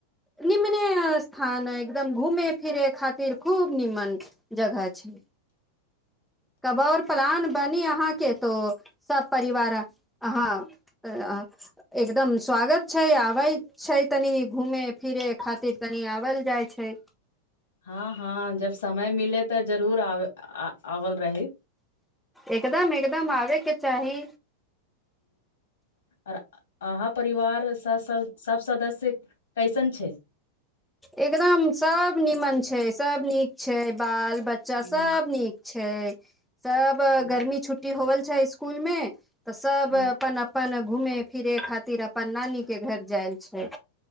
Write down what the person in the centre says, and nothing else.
निम्ने स्थान एकदम घूमे फिरे खातिर। खूब नीमन जगह छैय। कब और पलान। तनि अहाँ के तो सब परिवार अहाँ अ आहा एकदम स्वागत छैय आबैय छैय तनि घूमे फिरे खातिर आवल जाइ छैय।
एकदम एकदम आबेके चाही
एकदम सब नीमन छैय सब नीक छैय बाल। बच्चा
सब नीक छैय। छै। सब
गर्मी छुट्टी होल। अच्छा इसकुल मे। त सब
अपन अपन। घुम फिरै खातिर अपन नानी के घर जायल छै।